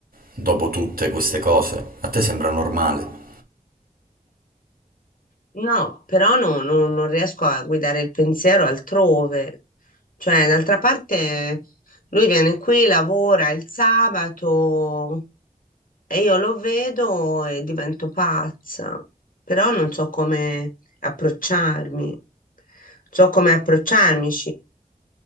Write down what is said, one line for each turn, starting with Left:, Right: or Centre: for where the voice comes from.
Right: dopo tutte queste cose? A te sembra normale?
Left: No, però no- no- non riesco a guidare il pensiero altrove. Cioè, d'altra parte, lui viene qui, lavora il sabato, e io lo vedo e divento pazza, però non so come approcciarmi. So come approcciarmi.